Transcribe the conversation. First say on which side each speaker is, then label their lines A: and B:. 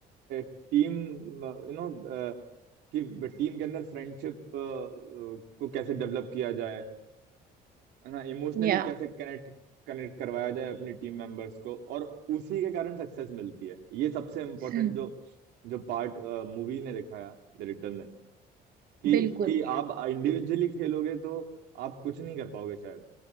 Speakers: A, on the right (about 85°); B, on the right (about 60°).
A: टीम यू नो कि टीम के अंदर फ्रेंडशिप को कैसे डेवलप किया जाए है ना इमोशनली
B: या
A: कैसे कनेक्ट कनेक्ट करवाया जाए अपनी टीम मेंबर्स को और उसी के कारण सक्सेस मिलती है ये सबसे इम्पोर्टेंट
B: <laughs>
A: जो जो पार्ट मूवी ने दिखाया डायरेक्टर ने कि
B: बिल्कुल
A: कि आप इंडिविजुअली खेलोगे तो आप कुछ नहीं कर पाओगे शायद